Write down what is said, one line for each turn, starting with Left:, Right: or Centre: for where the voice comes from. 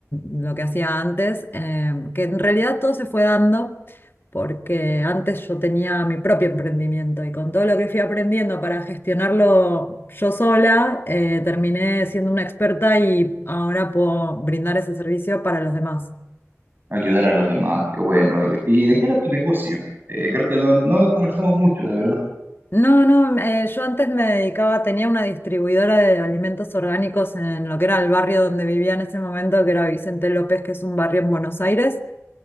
Left: lo que hacía antes, eh, que en realidad todo se fue dando porque antes yo tenía mi propio emprendimiento y con todo lo que fui aprendiendo para gestionarlo yo sola, eh, terminé siendo una experta y ahora puedo brindar ese servicio para los demás.
Right: Ayudar a los demás, qué bueno. ¿Y, y de qué era tu negocio? Eh, creo que no, no conversamos mucho, la verdad.
Left: No, no, eh, yo antes me dedicaba, tenía una distribuidora de alimentos orgánicos en lo que era el barrio donde vivía en ese momento, que era Vicente López, que es un barrio en Buenos Aires.